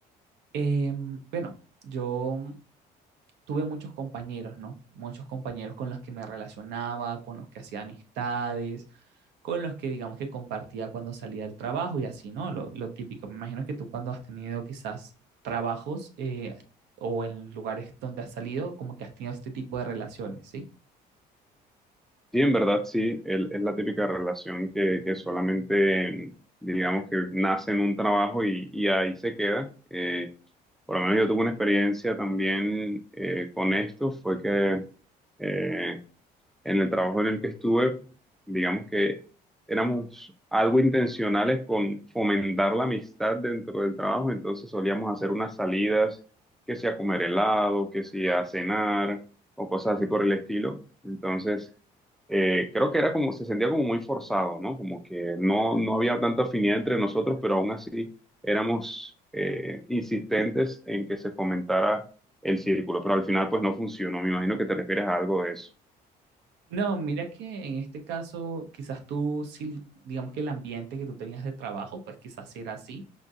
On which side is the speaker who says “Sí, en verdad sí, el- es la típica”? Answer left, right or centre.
Centre